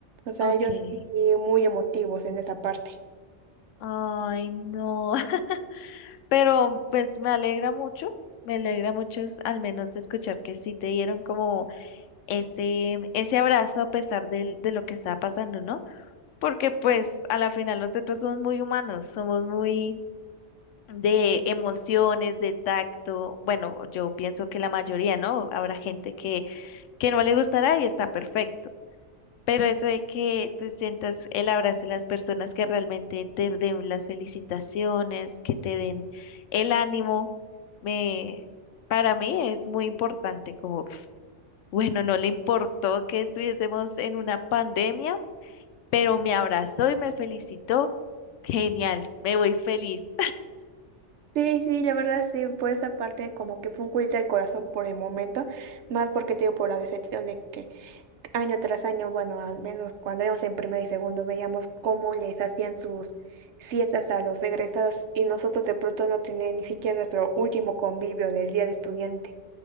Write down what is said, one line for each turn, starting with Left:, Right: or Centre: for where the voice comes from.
Right: O sea,
Left: Okay.
Right: ellos sí muy emotivos en esa parte.
Left: Ay, no. <laughs> Pero pues me alegra mucho, me alegra mucho es- al menos escuchar que sí te dieron como ese, ese abrazo a pesar del- de, lo que estaba pasando, ¿no? Porque pues a la final nosotros somos muy humanos, somos muy de emociones, de tacto. Bueno, yo pienso que la mayoría, ¿no? Habrá gente que, que no le gustará y está perfecto. Pero eso de que tú sientas el abrazo de las personas que realmente te den las felicitaciones, que te den el ánimo, me, para mí es muy importante, como, pf, bueno, no le importó que estuviésemos en una pandemia, pero me abrazó y me felicitó. Genial, me voy feliz.
Right: Sí, sí, la verdad sí, por esa parte como que fue un culito al corazón por el momento, más porque te digo por la decepción de que año tras año, bueno, al menos cuando éramos en primero y segundo, veíamos cómo les hacían sus fiestas a los egresados y nosotros de pronto no teníamos ni siquiera nuestro último convivio del día de estudiante.